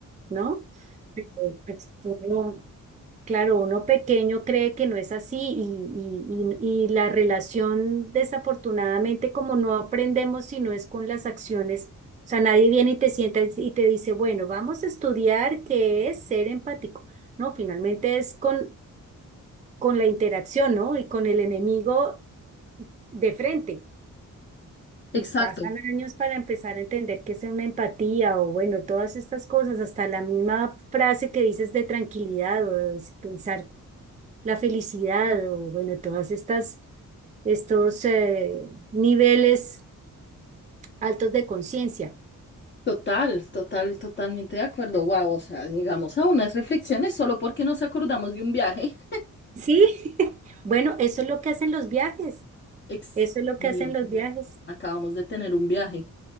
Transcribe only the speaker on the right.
¿no? Porque, pues, tú no- Claro, uno pequeño cree que no es así y, y- y- y la relación, desafortunadamente, como no aprendemos si no es con las acciones, o sea, nadie viene y te sienta y te dice, bueno, vamos a estudiar qué es ser empático. No, finalmente es con, con la interacción, ¿no? Y con el enemigo de frente.
Y pasan años para empezar a entender qué es una empatía o, bueno, todas estas cosas, hasta la misma frase que dices de tranquilidad o de pensar la felicidad o bueno, todas estas, estos eh, niveles altos de conciencia.
Sí, <laughs> bueno, eso es lo que hacen los viajes,
eso es lo
que hacen los viajes,